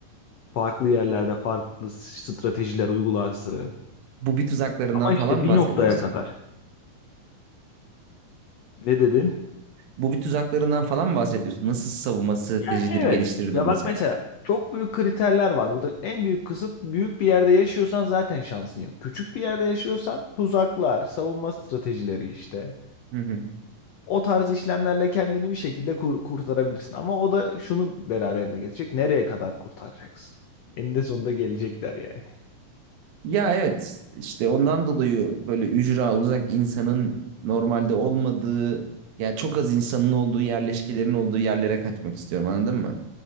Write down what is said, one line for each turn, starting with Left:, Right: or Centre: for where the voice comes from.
Left: Farklı yerlerde farklı stratejiler uygularsın.
Right: Bu bir tuzaklarından
Left: Ama
Right: falan
Left: işte
Right: mı
Left: bir
Right: bahsediyorsun?
Left: noktaya kadar. Ne dedin?
Right: Bu bir tuzaklarından falan mı bahsediyorsun? Nasıl savunma stratejileri
Left: Yani evet.
Right: geliştirdin
Left: Ya
Right: mesela?
Left: bak mesela çok büyük kriterler var. Burada en büyük kısıt büyük bir yerde yaşıyorsan zaten şansın yok. Küçük bir yerde yaşıyorsan tuzaklar, savunma stratejileri işte.
Right: <laughs>
Left: O tarz işlemlerle kendini bir şekilde kur- kurtarabilirsin. Ama o da şunu beraberine getirecek. Nereye kadar kurtaracaksın? Eninde sonunda gelecekler yani.
Right: Ya evet işte ondan dolayı böyle ücra uzak insanın normalde olmadığı ya çok az insanın olduğu yerleşkelerin olduğu yerlere kaçmak istiyorum anladın mı?